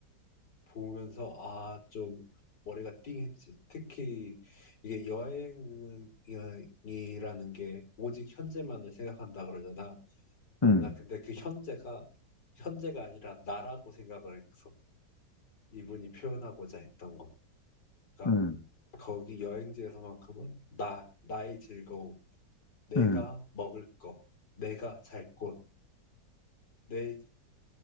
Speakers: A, on the left; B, on the left.
A: 보면서 아 좀 머리가 띵했지. 특히 이게 여행이라는 게 오직 현재만을 생각한다 그러잖아.
B: 음,
A: 난 근데 그 현재가 현재가 아니라 나라고 생각을 했어. 이분이 표현하고자 했던 거. 그러니까
B: 음,
A: 거기 여행지에서만큼은 나, 나의 즐거움, 내가
B: 음,
A: 먹을 거, 내가 잘 곳, 내